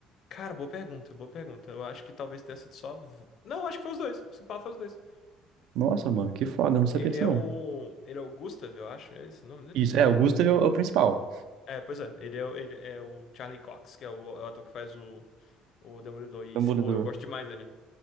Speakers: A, on the left; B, on the right.
A: Cara, boa pergunta, boa pergunta. Eu acho que talvez tenha sido só. a vo- Não, acho que foi os dois. Se pá, foi os dois.
B: Nossa, mano, que foda, eu não sabia
A: Ele
B: disso
A: é
B: não.
A: o. Ele é o Gustav, eu acho. É esse o nome dele?
B: Isso, é, o Gustav é o, é o principal,
A: É, pois é. Ele é, o- ele é o Charlie Cox, que é o, é o ator que faz o, o Demolidor. E,
B: Demolidor.
A: pô, eu gosto demais dele.